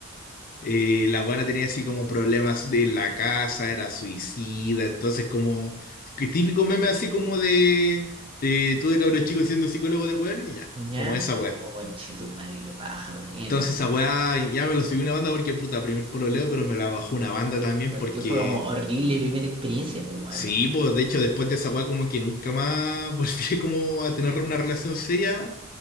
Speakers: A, on the left; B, on the right.
A: Eh, la weona tenía así como problemas de la casa, era suicida, entonces como que típico meme así como de, de tú de cabro chico siendo psicólogo de weones, ya,
B: ¿Ya?
A: como esa
B: Oh, conche tu madre, qué paja, weón.
A: Entonces
B: Bien.
A: esa weá ya me lo subió una banda porque puta, primer pololeo, pero me la bajó una banda también
B: Porque
A: porque
B: fue como horrible primera experiencia, pues, weón.
A: sí, pues de hecho después de esa weá como que nunca más <laughs> volví como a tener una relación seria